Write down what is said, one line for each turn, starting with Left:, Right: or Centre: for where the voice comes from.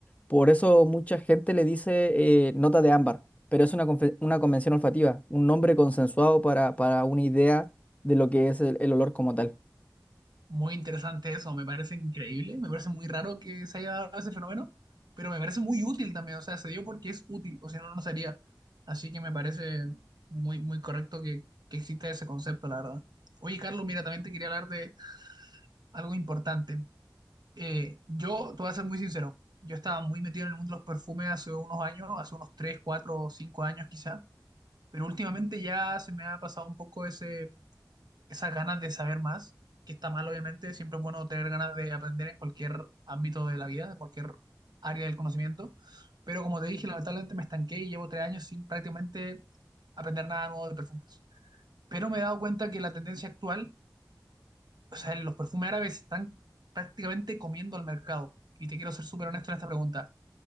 Left: por eso mucha gente le dice eh, nota de ámbar, pero es una, confe- una convención olfativa, un nombre consensuado para, para una idea de lo que es el, el olor como tal.
Right: Muy interesante eso, me parece increíble, me parece muy raro que se haya dado ese fenómeno, pero me parece muy útil también, o sea, se dio porque es útil, o si no, no sería. Así que me parece muy, muy correcto que, que exista ese concepto, la verdad. Oye, Carlos, mira, también te quería hablar de algo importante. Eh, yo, te voy a ser muy sincero, yo estaba muy metido en el mundo de los perfumes hace unos años, hace unos 3 4 5 años quizá, pero últimamente ya se me ha pasado un poco ese esas ganas de saber más, que está mal obviamente, siempre es bueno tener ganas de aprender en cualquier ámbito de la vida, en cualquier área del conocimiento, pero como te dije, lamentablemente me estanqué y llevo tres años sin prácticamente aprender nada nuevo de perfumes. Pero me he dado cuenta que la tendencia actual, o sea, los perfumes árabes están prácticamente comiendo el mercado. Y te quiero ser súper honesto en esta pregunta.